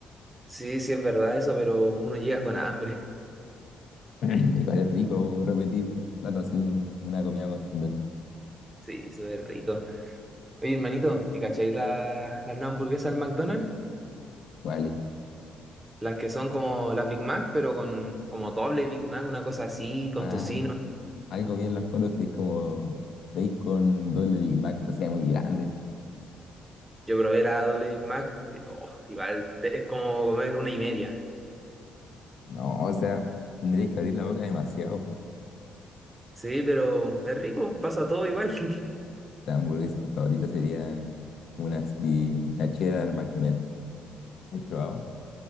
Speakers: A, on the right; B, on the left.
A: Sí, sí es verdad eso, pero uno llega con hambre.
B: <clears throat> Igual es rico repetir plato así, un- una comida contundente.
A: Sí, súper rico. Oye, hermanito, ¿y cacháis la- las nuevas hamburguesas del McDonald's?
B: Vale.
A: Las que son como las Big Mac, pero con como doble Big Mac, una cosa así, con
B: Ah,
A: tocino.
B: algo vi en las fotos que es como bacon doble Big Mac, o sea, muy grande.
A: Yo probé la doble Big Mac, y, oh, igual, te- es como comer una y media.
B: No, o sea, tendrías que abrir la boca demasiado.
A: Sí, pero es rico, pasa todo igual. <laughs>
B: La hamburguesa favorita sería una así, una cheddar McMelt. ¿La ¿Has probado?